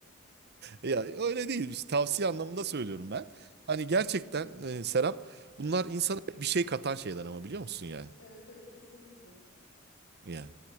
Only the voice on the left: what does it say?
<laughs>
Evet.
Evet evet kesinlikle.